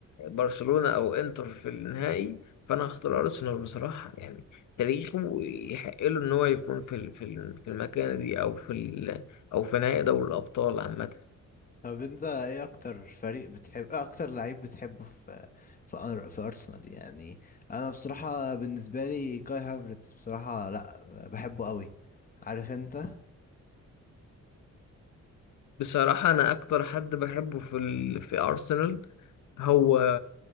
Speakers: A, on the left (about 70°); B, on the left (about 30°).
A: برشلونه او انتر في النهائي فانا هختار ارسنال بصراحه يعني تاريخه يحق له إن هو يكون في ال- في ال- في المكانة دي أو في ال أو في نهائي دوري الأبطال عامة
B: طب أنت إيه أكتر فريق بتحب إيه أكتر لعيب بتحبه في في أر- في أرسنال يعني أنا بصراحة بالنسبة لي كاي هافرتز بصراحة لأ بحبه قوي عارف أنت
A: بصراحة أنا أكتر حد بحبه في ال في أرسنال هو